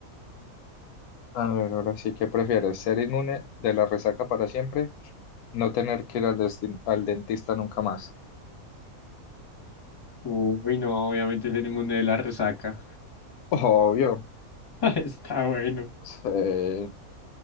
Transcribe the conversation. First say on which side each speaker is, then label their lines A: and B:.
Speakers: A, on the left (about 85°); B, on the left (about 20°).
A: A ver, ahora sí, ¿qué prefieres? ¿Ser inmune de la resaca para siempre? ¿No tener que ir al, desti- al dentista nunca más?
B: Uy, no, obviamente es el inmune de la resaca.
A: Obvio.
B: <laughs> Está bueno.
A: sí.